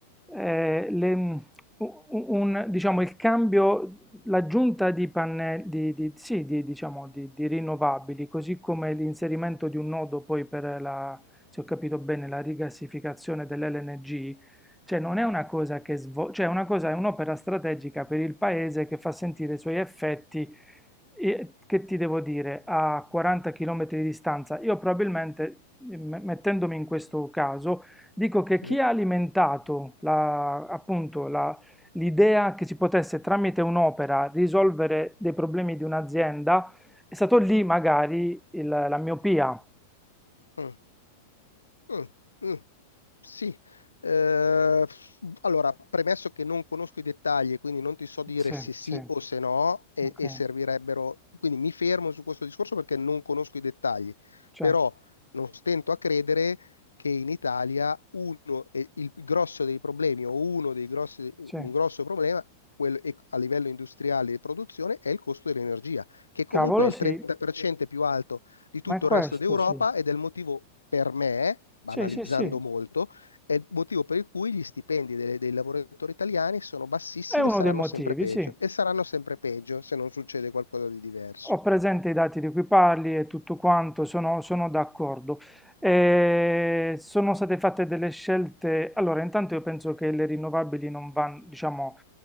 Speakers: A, in the centre; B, on the left.
A: eh, le- un, un- diciamo, il cambio, l'aggiunta di pannelli, di, di- sì, di, diciamo, di, di rinnovabili, così come l'inserimento di un nodo poi per la, se ho capito bene, la rigassificazione dell'LNG, cioè non è una cosa che svolge, cioè è una cosa, è un'opera strategica per il paese che fa sentire i suoi effetti, e- che ti devo dire, a 40 km di distanza. Io probabilmente, me- mettendomi in questo caso, dico che chi
B: Sì.
A: ha alimentato la- appunto la- l'idea che si potesse tramite un'opera risolvere dei problemi di un'azienda, è stato lì magari il- la miopia.
B: Mm. Mm, mm, sì, Eh, allora, premesso che non conosco i dettagli, quindi non ti so dire
A: Sì,
B: se sì
A: sì,
B: o se no, e,
A: ok,
B: e servirebbero, quindi mi fermo su questo discorso perché non conosco i dettagli,
A: cioè,
B: però non stento a credere che in Italia uno, e il grosso dei problemi o uno dei grossi,
A: sì,
B: un grosso problema quello- e- a livello industriale di produzione è il costo dell'energia, che comunque
A: cavolo
B: è il
A: sì.
B: 30% più alto di tutto
A: Ma è questo,
B: il resto d'Europa
A: sì.
B: ed è il motivo per me, banalizzando
A: Sì, sì, sì.
B: molto, è il motivo per cui gli stipendi dei, dei lavoratori italiani sono bassissimi
A: È uno
B: e saranno
A: dei motivi,
B: sempre peggio,
A: sì.
B: e saranno sempre peggio se non succede qualcosa di diverso.
A: Ho presente i dati di cui parli e tutto quanto, sono, sono d'accordo. Eh, sono state fatte delle scelte. Allora, intanto io penso che le rinnovabili non vanno, diciamo,